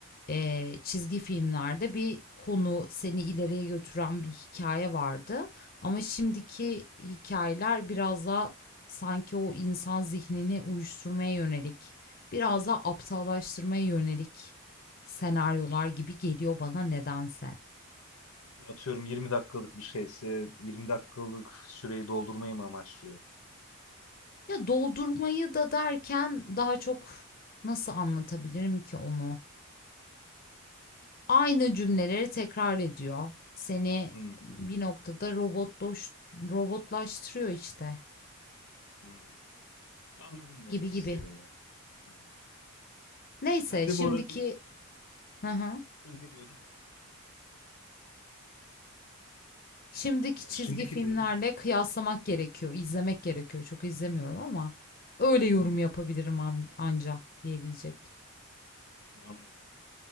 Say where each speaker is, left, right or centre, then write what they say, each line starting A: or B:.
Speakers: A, on the left; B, on the left.
A: eee, çizgi filmlerde bir konu seni ileriye götüren bir hikaye vardı. Ama şimdiki hikayeler biraz daha sanki o insan zihnini uyuşturmaya yönelik, biraz daha aptallaştırmaya yönelik senaryolar gibi geliyor bana nedense.
B: Ya Atıyorum 20 dakikalık bir şeyse 20 dakikalık süreyi doldurmayı mı amaçlıyor?
A: Ya doldurmayı da derken daha çok nasıl anlatabilirim ki onu? Aynı cümleleri tekrar ediyor. Seni
B: Hmm,
A: bir noktada robotloş robotlaştırıyor işte
B: hmm. Anladım ne demek
A: gibi gibi.
B: istediğini. Ha.
A: Neyse
B: Ben de
A: şimdiki
B: bu arada
A: hı hı,
B: ne diyordum?
A: şimdiki
B: Ya
A: çizgi
B: Şimdiki
A: filmlerle
B: diyordum.
A: kıyaslamak gerekiyor, izlemek gerekiyor. Çok izlemiyorum ama öyle yorum
B: Hmm,
A: yapabilirim an- anca diyebilecektim.
B: anladım.